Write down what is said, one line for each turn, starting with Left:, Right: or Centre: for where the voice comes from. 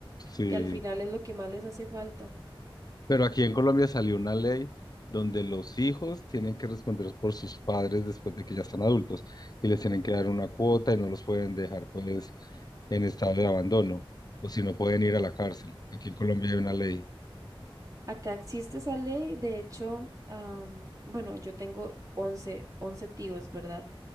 Left: Sí.
Right: Que al final es lo que más les hace falta.
Left: Pero aquí en Colombia salió una ley donde los hijos tienen que responder por sus padres después de que ya están adultos y les tienen que dar una cuota y no los pueden dejar pues en estado de abandono o si no pueden ir a la cárcel. Aquí en Colombia hay una ley.
Right: Acá existe esa ley, de hecho, am, bueno, yo tengo once once tíos, ¿verdad?